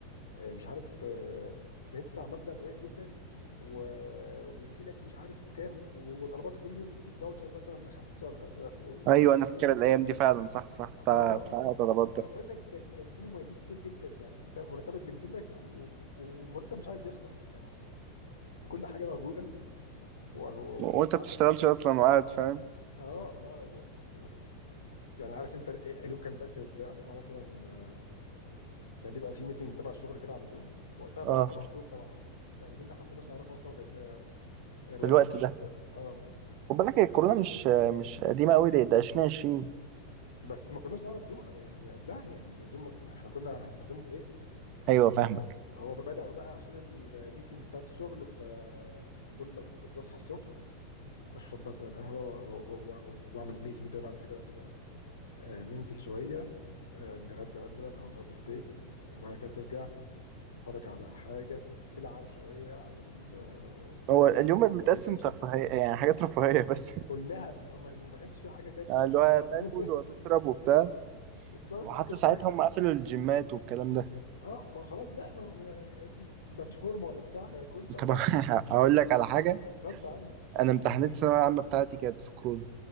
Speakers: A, on the left; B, on the right.
A: آه، مش عارف آه، ندفع مبلغ قليل جدا و... ويجي لك مش عارف كام وطلبات كل يوم يديك فاوتشر مثلا ب 75
B: ايوه انا
A: جنيه
B: فاكر الايام دي فعلا صح صح بتاع
A: اه
B: بتاع طلبات ده
A: انا بقول لك كان كان في مميزات كتير جدا يعني انت مرتبك بينزل لك و- ومرتب مش عايز يخلص يعني كل حاجه موجوده و- و-
B: وانت
A: واسعارها
B: بتشتغلش اصلا وقاعد فاهم
A: اه اه و... و... يعني عارف انت ال- اليوم كان متقسم ازاي اصحى مثلا آه، كان بيبقى في ميتنج تبع الشغل كده على زوم وقتها بقى
B: اه
A: اخترعوا زوم طبعا يعني زوم ده احنا ما كناش نعرفه اصلا غير غير وقت
B: في الوقت ده
A: ال- اه
B: خد بالك هي
A: آه،
B: الكورونا مش مش قديمة قوي دي ده 2020
A: بس ما كناش نعرف زوم يعني قبلها يعني ما كان زوم ما احنا كنا هنستخدمه في ايه
B: ايوه فاهمك
A: هو بدأوا بقى عشان الميتنجز بتاعت الشغل ف... فكنا كنت بصحى الصبح اشرب مثلا قهوه و- و- و- واعمل الميتنج ده بعد كده مثلا آه، ننزل شويه آه، نتغدى مثلا او نتغدى في بيت وبعد كده ترجع تتفرج على حاجه تلعب شويه على ال- آه، الكمبيوتر
B: هو اليوم متقسم
A: بلاي ستيشن
B: ترفيهية يعني حاجات رفاهية بس <laughs>
A: كلها ما, ما, ما كانش في حاجه جد
B: يعني
A: في
B: اللي
A: اليوم
B: هو هتاكل
A: خالص
B: وهتشرب
A: <laughs>
B: وبتاع
A: بالظبط
B: وحتى
A: ما كانش
B: ساعتها
A: في حاجه
B: هم قفلوا الجيمات والكلام ده
A: اه ما خلاص بقى ما, ما, يعني ما فيش فورمه ولا بتاع كل بقى
B: طب
A: براحتك
B: <laughs> اقول لك على حاجة
A: غصب عني
B: انا
A: <laughs>
B: امتحانات الثانوية العامة بتاعتي كانت في كورونا